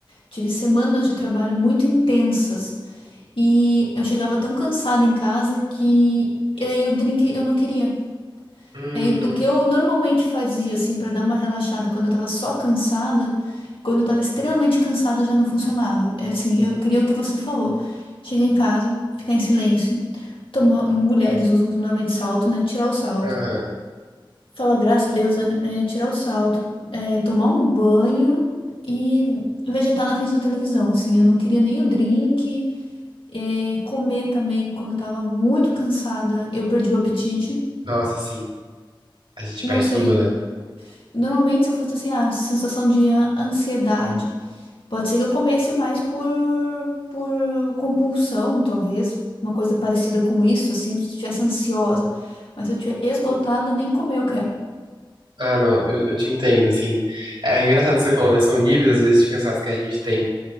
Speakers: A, on the left; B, on the right.
A: Tive semanas de trabalho muito intensas. E eu chegava tão cansada em casa que eu, e o drink eu não queria.
B: Hum,
A: Aí o que eu normalmente fazia assim para dar uma relaxada quando eu tava só cansada, quando eu tava extremamente cansada já não funcionava. Era assim, eu queria o que você falou. Chegar em casa, ficar em silêncio, tomar, mulheres usam normalmente salto, né? Tirar o salto.
B: aham.
A: Falar graças a Deus, né? É, tirar o salto, é, tomar um banho e vegetar na frente da televisão, assim. Eu não queria nem o drink. É, comer também quando eu tava muito cansada, eu perdi o apetite.
B: Nossa, sim. A gente
A: Não
B: perde
A: sei.
B: tudo, né?
A: Normalmente, se eu fosse assim, a sensação de a- ansiedade, pode ser que eu comesse mais por, por compulsão, talvez, uma coisa parecida com isso, assim, se eu estivesse ansiosa. Mas se eu estiver esgotada, nem comer eu quero.
B: Ah, não, eu, eu te entendo, assim. É é engraçado que você falou, né? São níveis, às vezes, de cansaço que a gente tem.